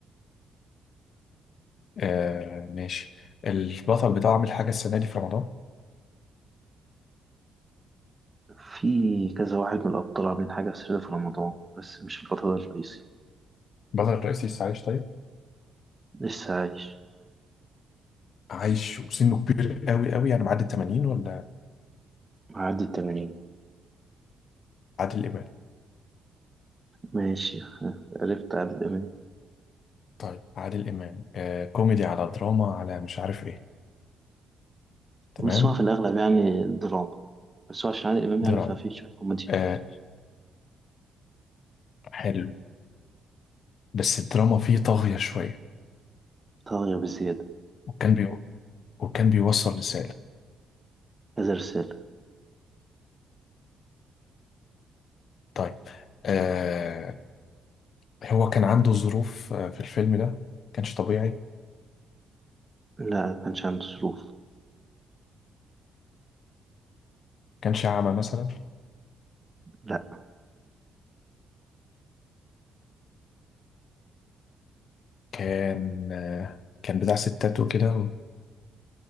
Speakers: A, on the left; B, on the right.
A: آه، ماشي البطل بتاعه عامل حاجه السنه دي في رمضان
B: في كذا واحد من الأبطال عاملين حاجة سرية في رمضان بس مش البطل الرئيسي
A: البطل الرئيسي لسه عايش طيب
B: لسه عايش
A: عايش وسنه كبير قوي قوي يعني معدي ال 80 ولا
B: معدي التمانين
A: عادل امام
B: ماشي عرفت عادل إمام
A: طيب عادل امام آه كوميدي على دراما على مش عارف ايه تمام
B: بس هو في الأغلب يعني دراما بس هو عشان عادل إمام يعني
A: دراما
B: ففي شوية كوميديا
A: آه حلو بس الدراما فيه طاغية شوية
B: طاغية بزيادة
A: وكان بي وكان بيوصل رسالة
B: كذا رسالة
A: طيب آه هو كان عنده ظروف آه في الفيلم ده كانش طبيعي
B: لا ما كانش عنده ظروف
A: كانش أعمى مثلا
B: لا
A: كان آه كان بتاع ستات وكده و-